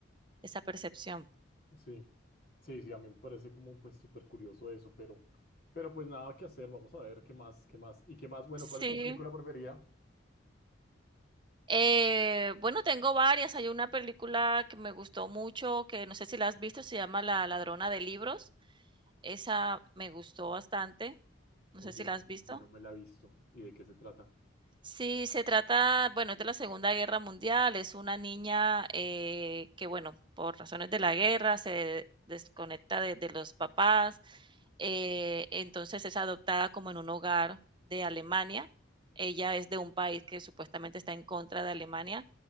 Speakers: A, on the right; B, on the left.
A: esa percepción.
B: Sí, sí, sí, a mí me parece como pues súper curioso eso, pero, pero pues nada que hacer, vamos a ver qué más, qué más. ¿Y qué más? Bueno,
A: Sí,
B: ¿cuál es tu película preferida?
A: eh, bueno, tengo varias. Hay una película que me gustó mucho, que no sé si la has visto, se llama La ladrona de libros. Esa me gustó bastante. No
B: Oye,
A: sé si la has visto.
B: yo no me la he visto. ¿Y de qué se trata?
A: Sí, se trata, bueno, es de la Segunda Guerra Mundial, es una niña eh, que, bueno, por razones de la guerra se desconecta de, de los papás, eh, entonces es adoptada como en un hogar de Alemania. Ella es de un país que supuestamente está en contra de Alemania,